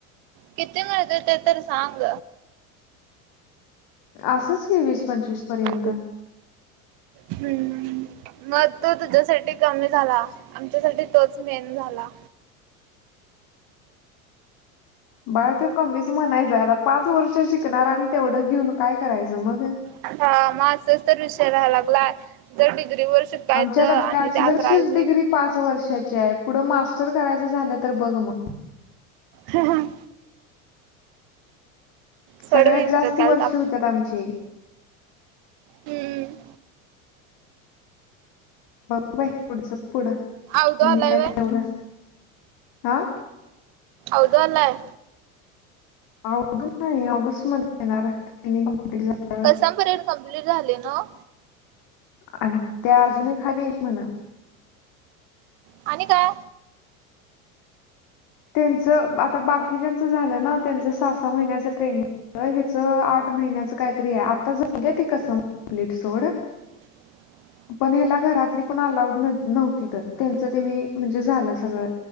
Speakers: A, on the right (about 55°); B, on the left (about 55°).
A: किती मिळतं ते तर सांग.
B: असंच कि, वीस पंचवीस पर्यंत
A: <unintelligible> हम्म, मग तो तुझ्यासाठी कमी झाला. आण तुझ्यासाठी तोच मेन झाला.
B: बाळ ते कमीच म्हणायचं आता पाच वर्ष शिकणार आणि तेवढं घेऊन काय करायचं मग?
A: हा, म असच तर विषय राहायला लागला जर डिग्री वर्ष? शिकायचं
B: आमची आता
A: आणि
B: बॅचलरचीच
A: ते त्या करायच,
B: डिग्री पाच वर्षाची आहे पुढं मास्टर करायचं झालं तर बघ मग.
A: हा हां, सोडवी
B: सगळ्यात जास्ती
A: डोक्याला
B: वर्ष
A: ताप
B: होत्यात आमची,
A: हम्म,
B: बघू बाई पुढचं पुढं
A: अवधू
B: तुम्ही
A: आलाय
B: काय
A: व्हय
B: एवढं हा?
A: आवदु आलाय,
B: अवून नाही ऑगस्ट मध्ये येणार ट्रेनिंग, कम्प्लीट झाल्यावर
A: कसम पीरेड कम्प्लीट झाले ना ओ,
B: अ त्या अजूनही खायबी म्हणा,
A: आणि काय,
B: त्यांच आता बाकी ज्यांच झालं ना त्यांच सहा सहा महिन्याच ट्रेनिंग. अ हेच आठ महिन्याच काय तरी आहे आता झाली ती कसम कंप्लीट सोड.
A: <inaudible>
B: पण ह्याला घरातली कोण अलाउड न, नव्हती तर त्यांच त्यांनी म्हणजे झालं सगळं